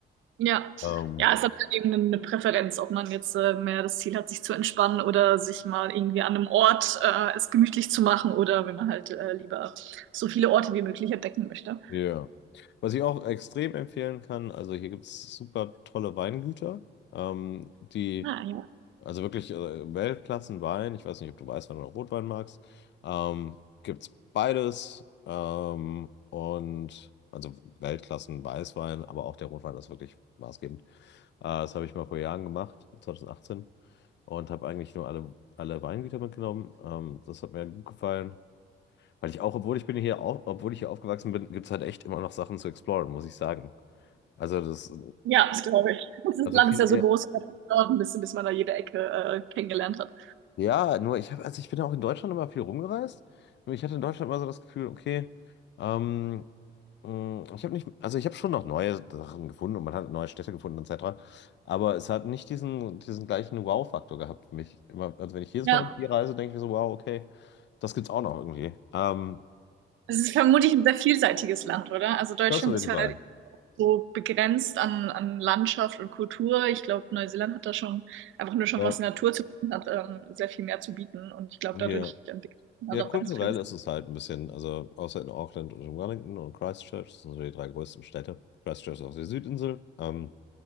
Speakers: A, on the right; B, on the left.
A: Ja.
B: Ähm,
A: Ja, es hat eben eine Präferenz, ob man jetzt äh, mehr das Ziel hat, sich zu entspannen oder sich mal irgendwie an einem Ort äh, es gemütlich zu machen oder wenn man halt äh, lieber so viele Orte wie möglich entdecken möchte.
B: ja. Was ich auch extrem empfehlen kann, also hier gibt es super tolle Weingüter, ähm, die
A: Ah, ja.
B: Also wirklich äh, Weltklassenwein. Ich weiß nicht, ob du Weißwein oder Rotwein magst. Ähm, gibt's beides. Ähm, und also Weltklassen Weißwein, aber auch der Rotwein ist wirklich maßgebend. Äh, das habe ich mal vor Jahren gemacht, 2018, und habe eigentlich nur alle, alle Weingüter mitgenommen. Ähm, das hat mir gut gefallen. Weil ich auch, obwohl ich bin hier auf, obwohl ich hier aufgewachsen bin, gibt's halt echt immer noch Sachen zu exploren, muss ich sagen. Also das,
A: Ja, das glaube ich. Das ist-
B: also
A: Land
B: viel,
A: ist ja so groß, das dauert ein bisschen, bis man da jede Ecke äh, kennengelernt hat.
B: Ja, nur ich habe, also ich bin auch in Deutschland immer viel rumgereist. Nur ich hatte in Deutschland immer so das Gefühl, okay, ähm, mh, ich habe nicht, also ich habe schon noch neue Sachen gefunden und man hat neue Städte gefunden etc. Aber es hat nicht diesen, diesen gleichen Wow-Faktor gehabt für mich. Immer, also wenn ich jedes
A: Ja,
B: Mal mit dir reise, denke ich mir so, wow, okay, das gibt's auch noch irgendwie. Ähm,
A: es ist vermutlich ein sehr vielseitiges Land, oder? Also Deutschland
B: das auf jeden
A: ist halt
B: Fall.
A: so begrenzt an, an Landschaft und Kultur. Ich glaube, Neuseeland hat da schon einfach nur schon
B: Ja.
A: was die Natur zu bieten, hat ähm, sehr viel mehr zu bieten. Und ich glaube,
B: Ja.
A: dadurch entwickelt man
B: Ja,
A: halt
B: kulturell
A: auch ganz, ganz.
B: ist es halt ein bisschen, also außer in Auckland und in Wellington und Christchurch, das sind so die drei größten Städte. Christchurch ist auf der Südinsel. Ähm,